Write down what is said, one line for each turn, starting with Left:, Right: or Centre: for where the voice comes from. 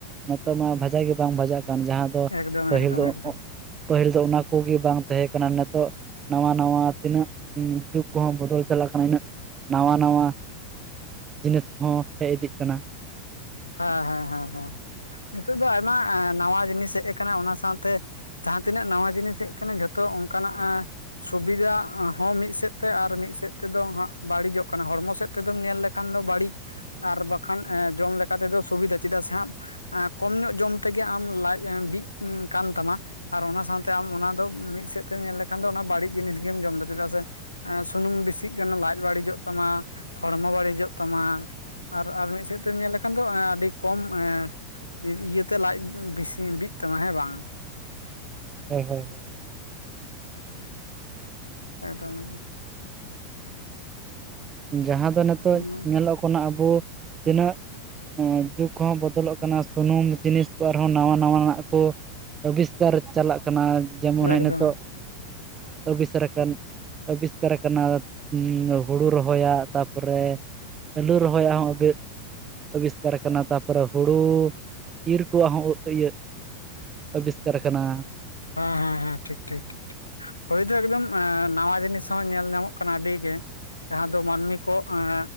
Right: ᱱᱤᱛᱚᱜ ᱢᱟ ᱵᱡᱟᱜ ᱜᱮ ᱵᱟᱝ ᱵᱡᱟᱜ ᱠᱟᱱ ᱡᱟᱦᱟᱸ ᱫᱚ
Left: ᱮᱠᱫᱚᱢ
Right: ᱯᱟᱹᱦᱤᱞ
Left: ᱮᱠᱫᱚᱢ
Right: ᱫᱚ
Left: ᱮᱠᱫᱚᱢ
Right: ᱯᱟᱹᱦᱤᱞ ᱫᱚ ᱚᱱᱟ ᱠᱚᱜᱮ ᱵᱟᱝ ᱛᱟᱦᱮᱸ ᱠᱟᱱᱟ ᱱᱤᱛᱚᱜ ᱱᱟᱶᱟ ᱱᱟᱶᱟ ᱛᱤᱱᱟᱹᱜ ᱡᱩᱜ ᱠᱚᱦᱚᱸ ᱵᱚᱫᱚᱞ ᱪᱟᱞᱟᱜ ᱠᱟᱱᱟ ᱤᱱᱟᱹᱜ ᱱᱟᱶᱟ ᱱᱟᱶᱟ ᱡᱤᱱᱤᱥ ᱠᱚᱦᱚᱸ ᱦᱮᱡ ᱤᱫᱤᱜ ᱠᱟᱱᱟ
Left: ᱦᱮᱸ ᱦᱮᱸ ᱦᱮᱸ ᱦᱮᱸ ᱱᱤᱛᱳ ᱫᱚ ᱟᱭᱢᱟ ᱱᱟᱣᱟ ᱡᱤᱱᱤᱥ ᱦᱮᱡ ᱟᱠᱟᱱᱟ ᱚᱱᱟ ᱥᱟᱶᱛᱮ ᱡᱟᱦᱟᱸ ᱛᱤᱱᱟᱹᱜ ᱱᱟᱣᱟ ᱡᱤᱱᱤᱥ ᱦᱮᱡ ᱟᱠᱟᱱᱟ ᱡᱷᱚᱛᱚ ᱚᱱᱠᱟᱱᱟᱜ ᱥᱩᱵᱤᱫᱷᱟ ᱦᱚᱸ ᱢᱤᱫ ᱥᱮᱫ ᱛᱮ ᱟᱨ ᱢᱤᱫ ᱥᱮᱫ ᱛᱮᱫᱚ ᱦᱜ ᱵᱟᱹᱲᱤᱡᱚᱜ ᱠᱟᱱᱟ ᱦᱚᱲᱢᱚ ᱥᱮᱫ ᱛᱮᱫᱢ ᱧᱮᱞ ᱞᱮᱠᱷᱟᱱ ᱫᱚ ᱵᱟᱹᱲᱤᱡ ᱟᱨ ᱵᱟᱠᱷᱟᱱᱸ ᱡᱚᱢᱠᱷᱟᱱ ᱛᱮᱫᱚ ᱥᱩᱵᱤᱫᱷᱟ ᱪᱮᱫᱟᱜ ᱥᱮ ᱟᱢ ᱠᱚᱢ ᱧᱚᱜ ᱡᱚᱢ ᱛᱮᱜᱮ ᱟᱢ ᱞᱟᱡ ᱵᱤᱜ ᱠᱟᱱ ᱛᱟᱢᱟ ᱟᱨ ᱚᱱᱟ ᱥᱟᱶᱛᱮ ᱟᱢ ᱚᱱᱟ ᱫᱚ ᱢᱤᱫ ᱥᱮᱫ ᱛᱮᱢ ᱧᱮᱞ ᱞᱮᱠᱷᱟᱱ ᱫᱚ ᱚᱱᱟ ᱵᱟᱹᱲᱤᱡ ᱡᱤᱱᱤᱥ ᱜᱮᱢ ᱡᱚᱢᱫᱟ ᱪᱮᱫᱟᱜ ᱥᱮ ᱥᱩᱱᱩᱢ ᱵᱮᱥᱤᱜ ᱠᱟᱱᱟ ᱞᱟᱡ ᱵᱟᱹᱲᱤᱡᱚᱜ ᱛᱟᱢᱟ ᱦᱚᱲᱢᱚ ᱵᱟᱹᱲᱤᱡᱚᱜ ᱛᱟᱢᱟ ᱟᱨ ᱟᱨ ᱢᱤᱫ ᱥᱮᱫ ᱛᱮᱢ ᱧᱮᱞ ᱞᱮᱠᱷᱟᱱ ᱠᱷᱟᱱ ᱫᱚ ᱟᱹᱰᱤ ᱠᱚᱢ ᱛᱮ ᱤᱭᱟᱹᱛᱮ ᱞᱟᱡ ᱵᱤᱥᱤ ᱵᱤᱜ ᱛᱟᱢᱟ ᱦᱮᱸ ᱵᱟᱝ
Right: ᱦᱮᱸ ᱦᱩᱸ
Left: ᱮᱠᱫᱚᱢ
Right: ᱡᱟᱦᱟᱸ ᱫᱚ ᱱᱤᱛᱚᱜ
Left: ᱮᱠᱫᱚᱢ
Right: ᱧᱮᱞᱚᱜ ᱠᱟᱱᱟ ᱟᱵᱚ ᱛᱤᱱᱟᱹᱜ ᱡᱩᱜ ᱠᱚᱦᱚᱸ ᱵᱚᱫᱚᱞᱚᱜ ᱠᱟᱱᱟ ᱥᱩᱱᱩᱢ ᱡᱤᱱᱤᱥ ᱠᱚ ᱟᱨᱦᱚᱸ ᱱᱟᱣᱟ ᱱᱟᱣᱟᱱᱟᱜ ᱠᱚ ᱟᱵᱤᱥᱠᱟᱨ ᱪᱟᱞᱟᱜ ᱠᱟᱱᱟ ᱡᱮᱢᱚᱱ ᱦᱮᱸ
Left: ᱮᱠᱫᱚᱢ
Right: ᱱᱤᱛᱚᱜ ᱟᱵᱤᱥᱟᱨᱟᱠ ᱟᱵᱤᱥᱠᱟᱨ ᱟᱠᱟᱱᱟ ᱦᱩᱲᱩ ᱨᱚᱦᱚᱭᱟ ᱛᱟᱯᱚᱨᱮ ᱟᱹᱞᱩ ᱨᱚᱦᱚᱭᱟ ᱦᱚᱸ ᱩᱜᱟᱹᱜ ᱟᱵᱤᱥᱠᱟᱨ ᱠᱟᱱᱟ ᱛᱟᱯᱚᱨᱮ ᱦᱩᱲᱩ ᱤᱨ ᱠᱚᱣᱟᱜ ᱦᱚᱸ ᱤᱭᱟᱹᱜ ᱟᱵᱤᱥᱠᱟᱨ ᱟᱠᱟᱱᱟ
Left: ᱦᱮᱸ ᱦᱮᱸ ᱮᱸ ᱴᱷᱤᱠ ᱴᱷᱤᱠ ᱴᱷᱤᱠ ᱴᱷᱤᱠ ᱦᱳᱭᱫᱚ ᱮᱠᱫᱚᱢ ᱱᱟᱣᱟ ᱡᱤᱱᱤᱥ ᱦᱚᱸ ᱧᱮᱞ ᱧᱟᱢᱚᱜ ᱠᱟᱱᱟ ᱟᱹᱰᱤ ᱜᱮ ᱡᱟᱦᱟᱸ ᱫᱚ ᱢᱟᱹᱱᱢᱤ ᱠᱚ ᱮᱸ